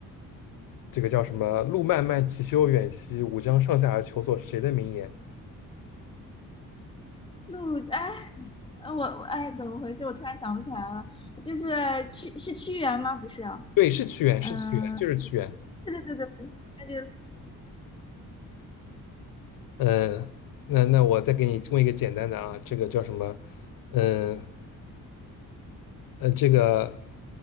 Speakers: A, on the left (about 80°); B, on the left (about 15°).
A: 这个叫什么“路漫漫其修远兮，吾将上下而求索”是谁的名言？
B: 陆哎，呃我我哎，怎么回事？我突然想不起来了，就是屈是屈原吗？不是啊，
A: 对，是屈原，
B: 嗯、
A: 是屈原，就是屈原。
B: 对对对对，那就
A: 嗯，那那我再给你问一个简单的啊，这个叫什么？嗯呃，这个